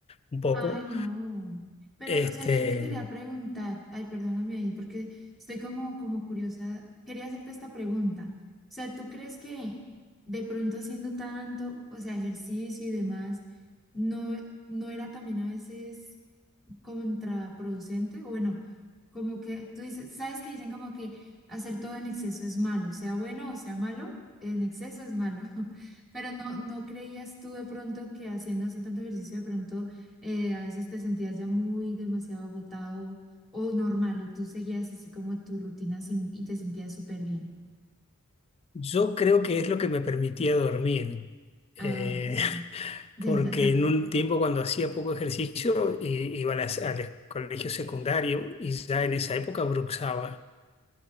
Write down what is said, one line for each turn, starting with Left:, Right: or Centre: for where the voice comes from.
Left: un poco.
Centre: Ay, no. Pero,
Left: Este,
Centre: o sea, yo te quería preguntar, ay, perdóname ahí, porque estoy como, como curiosa, quería hacerte esta pregunta. O sea, ¿tú crees que de pronto haciendo tanto, o sea, ejercicio y demás, no, no era también a veces contraproducente, o bueno, como que tú dices, sabes que dicen como que hacer todo en exceso es malo, sea bueno o sea malo, en exceso es malo, <laughs> pero no, no creías tú de pronto que haciendo así tanto ejercicio de pronto eh, a veces te sentías ya muy demasiado agotado o normal, o tú seguías así como tu rutina sin- y te sentías súper bien.
Left: yo creo que es lo que me permitía dormir. Eh,
Centre: Ah, ya, ya,
Left: porque
Centre: ya, ya. <laughs>
Left: en un tiempo cuando hacía poco ejercicio i- iba a las- al colegio secundario y ya en esa época bruxaba.